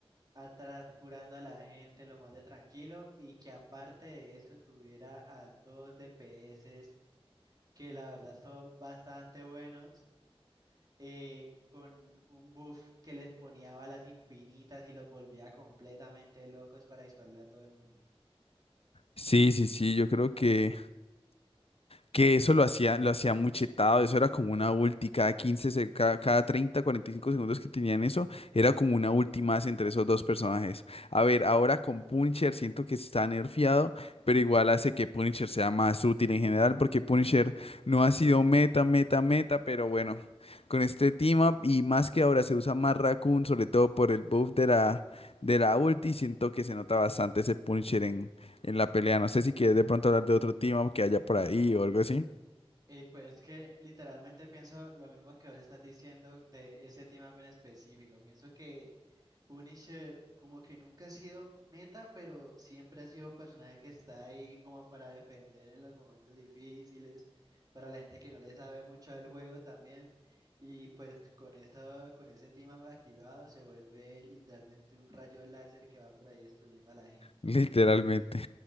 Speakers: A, on the right (about 40°); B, on the left (about 70°).
A: atrás curando a la gente lo más de tranquilo y que aparte de eso tuviera a dos DPS que la verdad son bastante buenos, eh, con un buff que les ponía balas infinitas y los volvía completamente locos para dispararle a todo el mundo.
B: Sí, sí, sí, yo creo que que eso lo hacía, lo hacía muy chetado, eso era como una ulti, cada 15 se- cada, cada treinta, cuarenta y cinco segundos que tenían eso, era como una ulti más entre esos dos personajes. A ver, ahora con Punisher siento que está nerfeado, pero igual hace que Punisher sea más útil en general, porque Punisher no ha sido meta, meta, meta, pero bueno, con este team up y más que ahora se usa más Raccoon, sobre todo por el buff de la, de la ulti, siento que se nota bastante ese Punisher en la pelea. No sé si quieres de pronto hablar de otro tema que haya por ahí o algo así.
A: Y pues que literalmente pienso lo mismo que vos estás diciendo de ese team up en específico. Pienso que Punisher como que nunca ha sido meta, pero siempre ha sido un personaje que está ahí como para defender en los momentos difíciles, para la gente que no le sabe mucho del juego también. Y pues con eso, con ese tema activado se vuelve literalmente un rayo láser que va por ahí destruyendo a la gente.
B: <laughs> Literalmente.